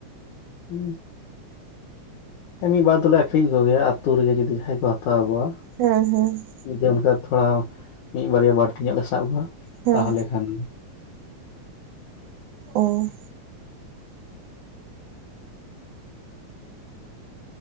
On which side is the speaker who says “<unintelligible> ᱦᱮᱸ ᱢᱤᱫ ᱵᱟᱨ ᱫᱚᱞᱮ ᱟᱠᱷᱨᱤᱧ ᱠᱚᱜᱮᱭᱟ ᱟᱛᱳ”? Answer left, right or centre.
Left